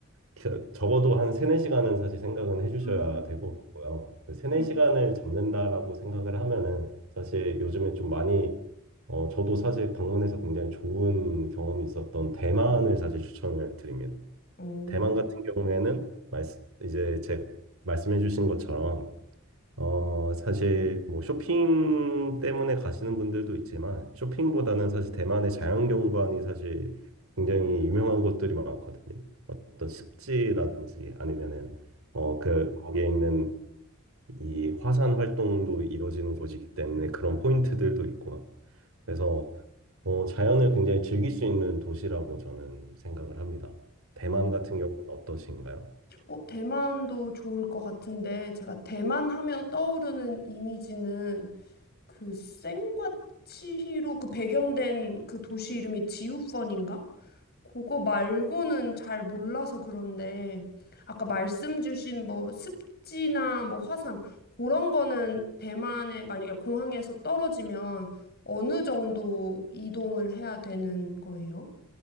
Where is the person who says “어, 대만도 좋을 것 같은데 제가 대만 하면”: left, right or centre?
Left